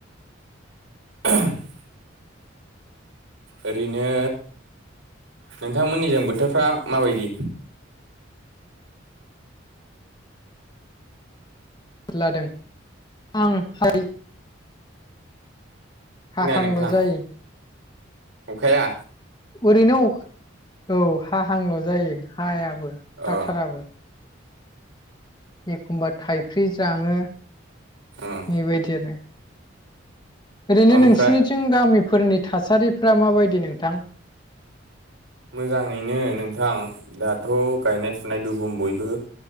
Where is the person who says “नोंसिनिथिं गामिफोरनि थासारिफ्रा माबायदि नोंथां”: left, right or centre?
Left